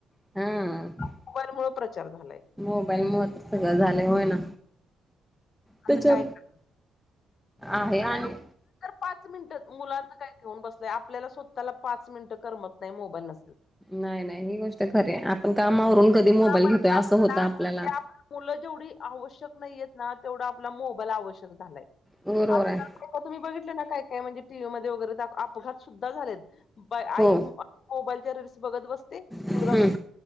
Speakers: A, in the centre; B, on the left (about 55°).
A: हा
B: मोबाईल मु प्रचार झालाय
A: मोबाईल म सगळं झाले होय ना त्याच्या
B: आता काय का
A: आहे आणि
B: पाच मिनिट मुलांच काय घेऊन बसलंय आपल्याला स्वतःला पाच मिनिटं करमत नाही मोबाईल न
A: नाही नाही ही गोष्ट खरे आपण कामावरून कधी
B: जीवनामध्ये
A: मोबाईल घेतोय असं
B: आपला
A: होतं
B: म्हणजे
A: आपल्याला
B: आपली मुलं जेवढी आवश्यक नाहीय आहेत ना तेवढा आपला मोबाईल आवश्यक झालाय
A: बरोबर
B: आजकाल
A: आहे
B: का तुम्ही बघितले ना काय म्हणजे टी व्ही मध्ये वगैरे अपघात सुद्धा झालेत बा आई
A: हो
B: मोबाईलच्या रस बघत बसते मुलगा
A: हम्म